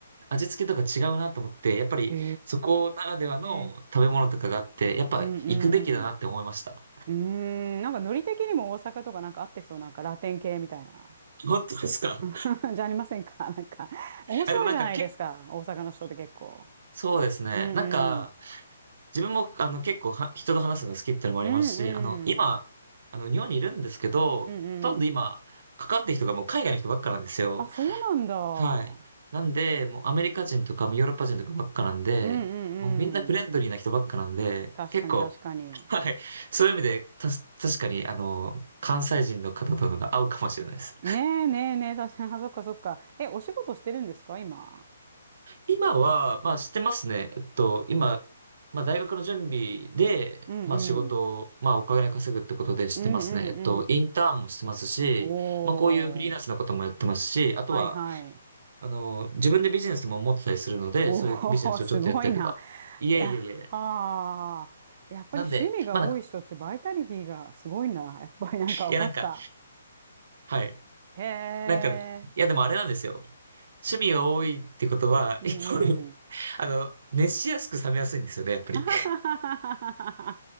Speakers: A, on the right; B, on the right.
A: 味付けとか違うなと思って、やっぱりそこならではの食べ物とかがあって、
B: へえ。
A: やっぱ行くべきだなって思いました。
B: うんうん。うーん、なんかノリ的にも大阪とかなんか合ってそう、なんかラテン系みたいな。
A: 本当ですか <laughs>
B: <laughs> じゃありませんかなんか。面白いじゃないですか、
A: あ、でもなんかけ、
B: 大阪の人って結構。
A: そうですね。
B: うん
A: なんか、
B: うん。
A: 自分も、あの、結構は、人と話すのが好きってのもありますし、
B: うんうん。
A: あの、今、あの、日本にいるんですけど、
B: うんうん。
A: ほとんど今、かかってる人がもう海外の人ばっかなんですよ。
B: あ、そうなんだ。
A: はい。なんで、もうアメリカ人とか、もうヨーロッパ人とかばっかなんで、
B: うんう
A: もうみんなフレンドリーな人ばっかなんで、
B: んうん。確かに確かに。
A: 結構、はい。そういう意味で、たし、確かに、あの、関西人の方とのが合うかもしれないです。
B: ねえねえねえ、確かに。<laughs> あ、そっかそっか。え、お仕事してるんですか、今。
A: 今は、まあ知ってますね。えっと、今、まあ大学の準備で、
B: うんうん。
A: まあ仕事を、まあお金稼ぐってことで知ってますね。
B: うんうんうん。
A: えっと、インターンもしてますし、
B: おー。
A: まあこういうフリーランスのこともやってますし、あとは、
B: はいはい。
A: あの、自分でビジネスも持ってたりするので、
B: おー、
A: そういうビジネスをちょっとやったりとか。
B: <laughs> すごいな。
A: いえいえいえ。
B: いや、はあ。やっぱり趣味が多い人ってバイタリティがすごいな。
A: なんで、まあなんか、
B: やっぱりなんか分かった。
A: いやなんか、はい。
B: へえ。
A: なんか、いやでもあれなんですよ。趣味が多いってことは、
B: うん
A: <laughs> イコール、
B: うん。
A: あの、熱しやすく冷めやすいんですよね、やっぱり。
B: <laughs> ははははは